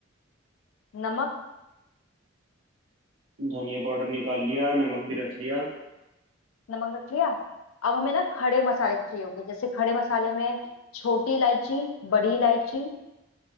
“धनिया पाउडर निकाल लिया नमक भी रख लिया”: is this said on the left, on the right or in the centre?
Right